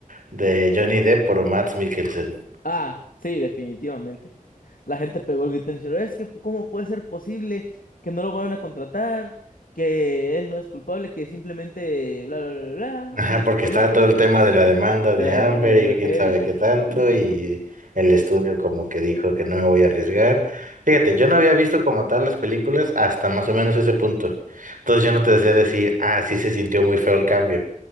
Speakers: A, on the right; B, on the left.
A: de Johnny Depp por Mads Mikkelsen.
B: ah, sí, definitivamente. La gente pegó el grito en el cielo, es que ¿cómo puede ser posible que no lo vayan a contratar? Que él no es culpable, que simplemente bla, bla, bla, bla,
A: <laughs> Ajá,
B: que esto,
A: porque
B: que
A: estaba
B: el otro,
A: todo el tema de la demanda
B: de
A: de
B: la
A: Amber
B: demanda de Amber
A: y quién
B: Heard
A: sabe
B: y todo
A: qué
B: eso.
A: tanto,
B: Ay, Dios
A: y
B: mío.
A: el estudio como que dijo que no me voy a arriesgar. Fíjate, yo no había visto como tal las películas hasta más o menos ese punto. Entonces yo no te sé decir, ah, sí se sintió muy feo el cambio.